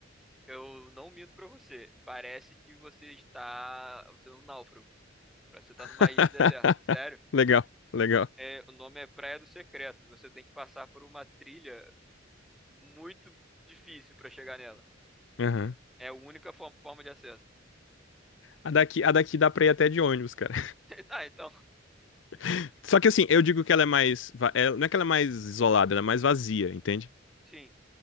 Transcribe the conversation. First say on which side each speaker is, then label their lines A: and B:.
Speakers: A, in the centre; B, on the left (about 70°).
A: eu não minto pra você. Parece que você está. Você é um náufrago. Parece que você tá numa
B: <laughs>
A: ilha deserta. Sério?
B: Legal, legal.
A: É, o nome é Praia do Secreto. e Você tem que passar por uma trilha muito difícil pra chegar nela.
B: Aham.
A: É a única forma, forma de acesso.
B: A daqui, a daqui dá pra ir até de ônibus, cara.
A: <laughs> Tá, então.
B: <laughs> Só que assim, eu digo que ela é mais. va- é- não é que ela é mais isolada, ela é mais vazia, entende?
A: Sim.